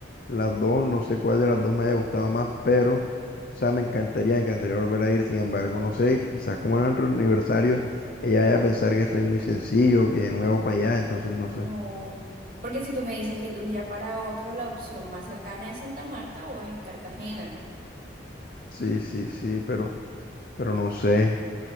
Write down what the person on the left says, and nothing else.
Las dos, no sé cuál de las dos me haya gustado más, pero, o sea, me encantaría, me encantaría volver a ir. Sin embargo, no sé, quizás como en nuestro aniversario, ella vaya a pensar que soy muy sencillo, que de nuevo para allá, entonces no
sé.
Sí, sí, sí, pero, pero no sé.